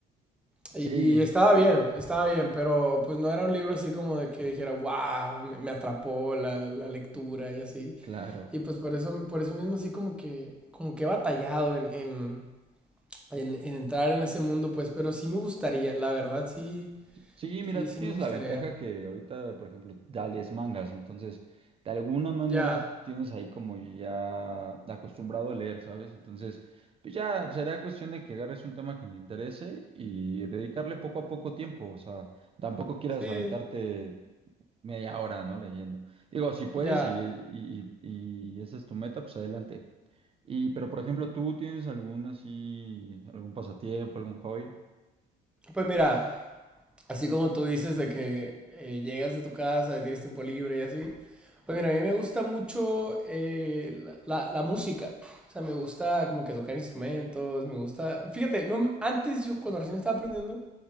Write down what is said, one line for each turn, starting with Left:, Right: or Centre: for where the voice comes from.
Right: Sí,
Centre: Y, y estaba bien, estaba bien, pero pues no era un libro así como de que dijera, wow, me, me atrapó la, la lectura y así.
Right: claro.
Centre: Y pues por eso, por eso mismo así como que, como que he batallado en, en, en- en entrar en ese mundo, pues, pero sí me gustaría, la verdad, sí,
Right: Sí, mira,
Centre: sí, sí
Right: tú tienes
Centre: me gustaría.
Right: la ventaja que ahorita, por ejemplo, ya lees mangas, entonces, de alguna manera
Centre: Ya,
Right: tienes ahí como ya acostumbrado a leer, ¿sabes? Entonces, pues ya será cuestión de que agarres un tema que te interese y dedicarle poco a poco tiempo, o sea, tampoco quieras
Centre: sí,
Right: aventarte. media hora, ¿no? Leyendo. Digo, si puedes
Centre: ya.
Right: y, y, y- y esa es tu meta, pues adelante. Y, pero por ejemplo, ¿tú tienes algún así, algún pasatiempo, algún hobby?
Centre: Pues mira, Así como tú dices de que eh, llegas de tu casa y tienes tiempo libre y así. Pues mira, a mí me gusta mucho eh, la, la- la música. O sea, me gusta como que tocar instrumentos, me gusta... Fíjate, no, me- antes yo cuando recién estaba aprendiendo,